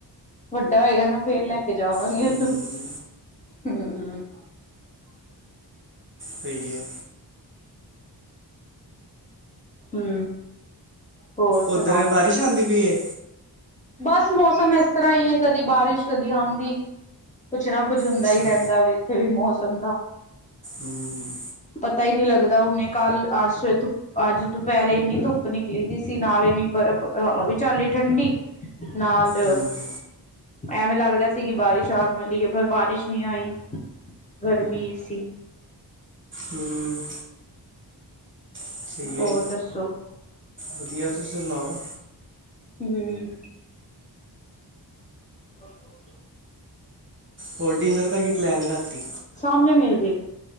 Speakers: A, on the left (about 20°); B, on the right (about 30°).
A: ਵੱਡਾ ਹੋਏਗਾ ਨਾ ਫੇਰ ਲੈ ਕੇ ਜਾਵਾਂਗੇ
B: ਹੂੰ
A: ਉਹਨੂੰ, ਹੂੰ।
B: ਸਈ ਐ।
A: ਹੂੰ। ਹੋਰ
B: ਉੱਧਰ
A: ਸੁਣਾਓ?
B: ਬਾਰਿਸ਼ ਆਂਦੀ ਪਈ ਐ?
A: ਬਸ ਮੌਸਮ ਇਸ ਤਰ੍ਹਾਂ ਹੀ ਐ, ਕਦੀ ਬਾਰਿਸ਼ ਕਦੀ ਆਂਦੀ। ਕੁਛ ਨਾ ਕੁਛ ਹੁੰਦਾ
B: ਅੱਛਾ
A: ਹੀ ਰਹਿੰਦਾ ਵੇ, ਇੱਥੇ ਵੀ ਮੌਸਮ ਦਾ।
B: ਹੂੰ।
A: ਪਤਾ ਈ ਨੀ ਲੱਗਦਾ, ਹੁਣੇ ਕੱਲ੍ਹ ਅਰਸ ਧੂ ਅੱਜ ਦੁਪਹਿਰੇ ਇੰਨੀ ਧੁੱਪ ਨਿਕਲੀ ਦੀ ਸੀ, ਨਾਲ ਇੰਨੀ ਬਰਫ਼ ਹਵਾ ਵੀ ਚੱਲੀ ਠੰਢੀ। ਨਾਲ
B: ਹੂੰ
A: ਐਵੇਂ ਲੱਗ ਰਿਹਾ ਸੀ, ਕਿ ਬਾਰਿਸ਼ ਆਉਣ ਵਾਲੀ ਐ, ਪਰ ਬਾਰਿਸ਼ ਨਹੀਂ ਆਈ ਗਰਮੀ ਈ ਸੀ।
B: ਹੂੰ। ਸਹੀ
A: ਹੋਰ
B: ਹੈ
A: ਦੱਸੋਂ?
B: ਵਧੀਆ, ਤੁਸੀਂ ਸੁਣਾਓ?
A: ਹੂੰ। <inaudible>
B: ਹੋਰ, ਡਿਨਰ ਦਾ ਕੀ ਪਲੈਨ ਰਾਤੀ?
A: ਸਾਮਣੇ ਮਿਲ ਜੇ,